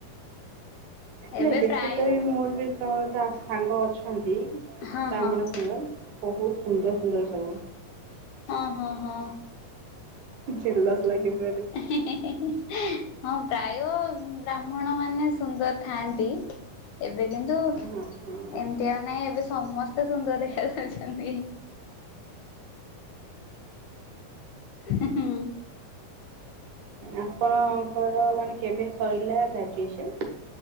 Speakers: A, on the left; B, on the right.
A: ଏବେ
B: ନାଇଁ ବେଶୀକରି
A: ପ୍ରାୟ
B: ମୋର ବି ତ, ତା ସାଙ୍ଗ ଅଛନ୍ତି
A: ହଁ
B: ବ୍ରାହ୍ମଣ
A: ହଁ ହଁ
B: ସାଙ୍ଗ, ବହୁତ୍ ସୁନ୍ଦର୍-ସୁନ୍ଦର୍ ସବୁ।
A: ହଁ ହଁ ହଁ।
B: ଜେଲସ୍ ଲାଗିିବ
A: ଏ ହେ-ହେ-ହେ ହଁ ପ୍ରାୟ ବ୍ରାହ୍ମଣମାନେ ସୁନ୍ଦର୍ ଥାଆନ୍ତି। ଏବେ କିନ୍ତୁ
B: ହଁ ହଁ।
A: ଏମିତି ଆ ନାଇଁ ଏବେ ସମସ୍ତେ ସୁନ୍ଦର ଦେଖଯାଉଛନ୍ତି। ହିଁ-ହୁଁ।
B: ଆପଣଙ୍କର ମାନେ କେବେ ସରିଲା ଗ୍ରାଜୁଏସନ୍?